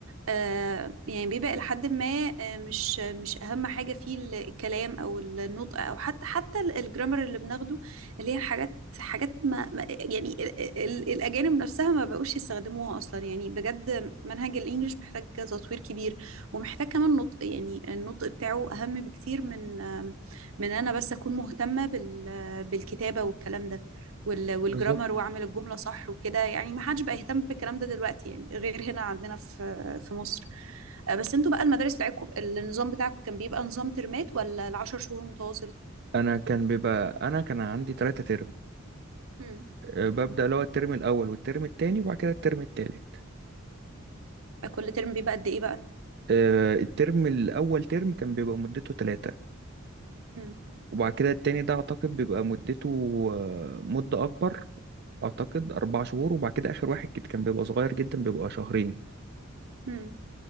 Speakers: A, on the right; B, on the right.
A: آه، يعني بيبقى إلى حد ما آه، مش مش أهم حاجة فيه ال- الكلام أو النطق أو حتى حتى ال- الجرامر اللي بناخده اللي هي حاجات حاجات ما ما- يعني ال- ال- الأجانب نفسها ما بقوش يستخدموها أصلا يعني بجد منهج الإنجليش محتاج تطوير كبير ومحتاج كمان نطق يعني النطق بتاعه أهم بكتير من آه، من أنا بس أكون مهتمة بال- بالكتابة والكلام ده وال- والجرامر
B: بالظبط
A: واعمل الجملة صح وكده يعني ما حدش بقى يهتم بالكلام ده دلوقتي يعني غير هنا عندنا في في مصر آه، بس انتوا بقى المدارس بتاعتكم النظام بتاعكم كان بيبقى نظام ترمات ولا العشر شهور متواصل
B: انا كان بيبقى انا كان عندي ثلاثة ترم
A: مم.
B: آه، ببدأ اللي هو الترم الاول والترم التاني وبعد كده الترم التالت
A: كل ترم بيبقى قد ايه بقى
B: آه، الترم الاول ترم كان بيبقى مدته ثلاثة
A: مم.
B: وبعد كده التاني ده اعتقد بيبقى مدته آه، مدة اكبر اعتقد اربع شهور وبعد كده اخر واحد كده كان بيبقى صغير جدا بيبقى شهرين
A: مم.